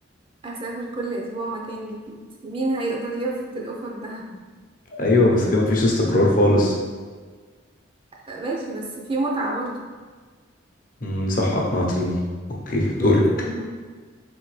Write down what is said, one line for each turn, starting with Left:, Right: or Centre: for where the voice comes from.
Right: أسافر كل أسبوع مكان جديد مين هيقدر يرفض الأوفر ده؟
Left: أيوة بس كان مفيش استقرار خالص
Right: <laughs> ماشي بس في متعة برضه
Left: مم، صح أقنعتيني أوكي
Right: أكيد
Left: دورك
Right: يعني <laughs>